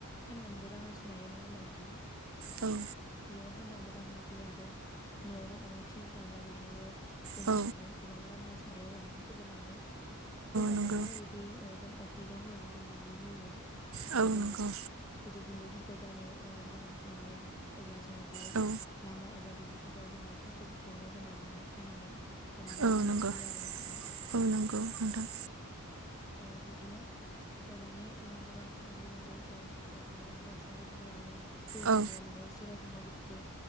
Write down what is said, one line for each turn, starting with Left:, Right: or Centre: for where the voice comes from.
Left: फाननानैबो रां आरजिनो हायो नङा होमबा नोंथां
Right: औ औ
Left: बेयो फाननानैबो रां आरजियो आरो नआवनो अमा फिसिनाय थाब्ला बेखौनोबो जों
Right: औ
Left: होनानै गोबां रां आरजिनो अमाखौ फेदेरनानै जों अमानो
Right: नंगौ
Left: बिदि ओ जों अफ्रिल होआ जों गुन्दैबो होयो।
Right: औ
Left: जेब्ला
Right: नंगौ
Left: बिदि गुन्दैफोरखौ बायनो ओ रां रुफा गैया अब्ला जो जोङो बे
Right: औ
Left: लामा एबा दुब्लिफोरोथाव थानाय थासफोरखौनो जों लाबोनानै हानानै अमानो
Right: औ
Left: रुना
Right: नंगौ
Left: होयो आरो नोंथां।
Right: औ नंगौ नोंथां
Left: ओं बिदिनो ओ दानि ओ गोबां उन्दै उन्दै ओ ओ जेनबा बा हौवासा गथ'फोराबो जौजोंनो
Right: औ
Left: माने जेराव थाङो बिसोरबो